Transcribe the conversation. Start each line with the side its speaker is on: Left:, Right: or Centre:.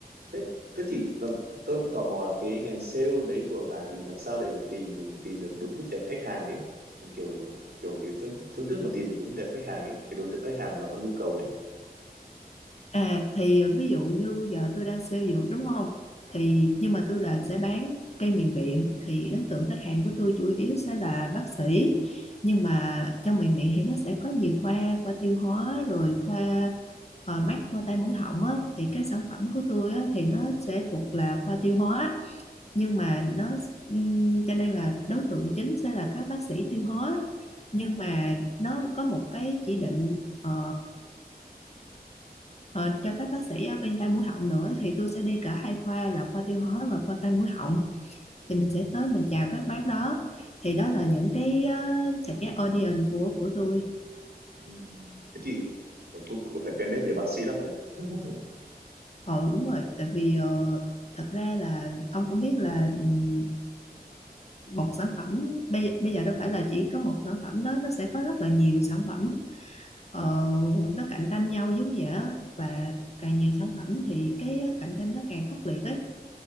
Right: Thế, thế thì là, tôi cũng tò mò là cái ngành sale đấy của bà thì làm sao để tìm mình tìm được đúng cái tệp khách hàng ấy Còn kiểu kiểu cái phương, phương thức mà tìm được đúng tệp khách hàng ấy cái đối tượng khách hàng nó có nhu cầu ấy
Left: À thì ờ, ví dụ như giờ tôi đang xây dược đúng không? Thì nhưng mà tôi là sẽ bán cây miền viện thì đối tượng khách hàng của tôi chủ yếu sẽ là bác sĩ. Nhưng mà trong miền viện thì nó sẽ có nhiều khoa, khoa tiêu hóa rồi khoa ờ, mắt, khoa tai mũi họng á thì cái sản phẩm của tôi á thì nó sẽ thuộc là khoa tiêu hóa. Nhưng mà nó ừm, cho nên là đối tượng chính sẽ là các bác sĩ tiêu hóa. Nhưng mà nó có một cái chỉ định ờ, Ờ, cho các bác sĩ ở bên tai mũi họng nữa thì tôi sẽ đi cả hai khoa là khoa tiêu hóa và khoa tai mũi họng thì mình sẽ tới mình chào các bác đó thì đó là những cái uh, sẽ cái audience của của tôi
Right: ừ. ừ. thế thì cũng cũng phải quen biết nhiều bác sĩ lắm nhỉ <laughs>
Left: ờ đúng rồi tại vì ờ, thật ra là ông cũng biết là ừm, một sản phẩm bây, bây giờ đâu phải là chỉ có một sản phẩm đó nó sẽ có rất là nhiều sản phẩm ờ, nó cạnh tranh nhau giống vậy á. và càng nhiều sản phẩm thì cái cạnh tranh nó càng khốc liệt ấy